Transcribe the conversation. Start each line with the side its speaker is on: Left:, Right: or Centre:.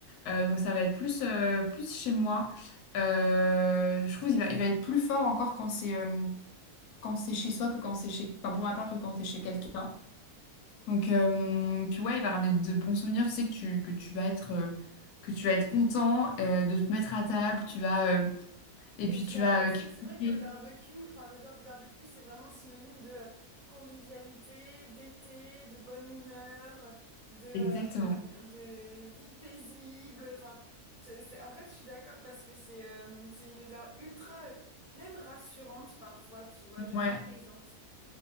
Left: Euh, donc ça va être plus, euh, plus chez moi. Euh, je trouve qu'il va, il va être plus fort encore quand c'est euh, quand c'est chez soi que quand c'est chez... Enfin, pour ma part, que quand c'est chez quelqu'un. Donc, euh, puis ouais, il va ramener de bons souvenirs. Tu sais que tu, que tu vas être... euh, que tu vas être content euh, de te mettre à table, tu vas euh, et
Right: Et
Left: puis
Right: que tu
Left: tu
Right: vas
Left: vas
Right: passer,
Left: euh, critiquer.
Right: c'est vrai que le barbecue, enfin l'odeur du barbecue, c'est vraiment synonyme de euh, convivialité, d'été, de bonne humeur, de, euh,
Left: Exactement.
Right: de vie paisible. Enfin, c'est- c'est- en fait, je suis d'accord parce que c'est euh, c'est une odeur ultra, euh, même rassurante parfois, tu vois, genre
Left: Ouais.
Right: apaisante.